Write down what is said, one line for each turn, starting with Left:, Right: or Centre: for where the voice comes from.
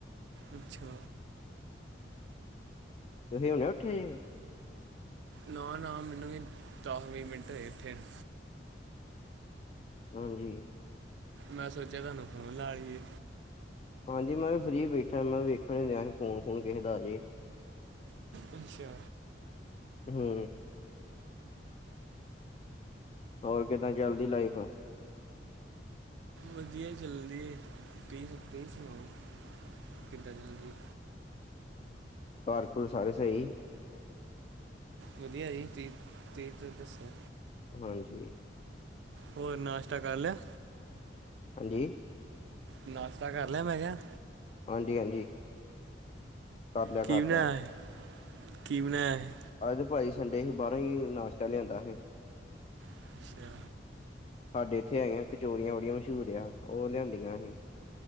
Right: ਅੱਛਾ,
Left: ਤੁਹੀਂ ਹੁਣੇ ਉੱਠੇ ਜੇ
Right: ਨਾ, ਨਾ, ਮੈਨੂੰ ਵੀ ਦਸ, ਵੀਹ ਮਿੰਟ ਹੋਏ ਇੱਠੇ ਨੂੰ
Left: ਹਾਂਜੀ।
Right: ਮੈਂ ਸੋਚਿਆ, ਤੁਹਾਨੂੰ ਫੋਨ ਲਾ ਲਈਏ।
Left: ਹਾਂਜੀ, ਮੈਂ ਵੀ ਫਰੀ ਬੈਠਾ ਮੈਂ ਵੇਖਣ ਫੋਨ-ਫੁਨ ਕਿਸੇ ਦਾ ਆਜੇ।
Right: ਅੱਛਾ।
Left: ਹੂੰ, ਹੋਰ ਕਿੱਦਾਂ ਚੱਲਦੀ ਲਾਈਫ?
Right: ਵਧੀਆ ਚਲਦੀ ਤਸੀ ਸਕਦੇ ਸੁਣਾਓ, ਕਿੱਦਾਂ ਚੱਲਦੀ
Left: ਘਰ-ਘੁਰ ਸਾਰੇ ਸਹੀ
Right: ਵਧੀਆ ਜੀ, ਤੁਹੀ ਤੀ ਦੱਸੋ?
Left: ਹਾਂਜੀ।
Right: ਹੋਰ ਨਾਸ਼ਤਾ ਕਰ ਲਿਆ?
Left: ਹਾਂਜੀ,
Right: ਨਾਸ਼ਤਾ ਕਰ ਲਿਆ ਮੈਂ ਕਿਹਾ
Left: ਹਾਂਜੀ, ਹਾਂਜੀ। ਕਰ ਲਿਆ,
Right: ਕੀ
Left: ਕਰ
Right: ਬਣਾਇਆ
Left: ਲਿਆ।
Right: ਹੈ? ਕੀ ਬਣਾਇਆ ਹੈ?
Left: ਅੱਜ ਤੇ ਭਾਜੀ ਸੰਡੇ ਹੀ ਬਾਹਰੋਂ ਹੀ ਨਾਸ਼ਤਾ ਲਿਆਂਦਾ ਸੀ।
Right: ਸੀ? ਅੱਛਾ,
Left: ਸਾਡੇ ਇੱਥੇ ਹੈਗੀਆਂ, ਕਚੋਰੀਆਂ ਬੜੀਆਂ ਮਸ਼ਹੂਰ ਆ, ਉਹ ਲਿਆਂਦੀਆਂ ਅਸੀ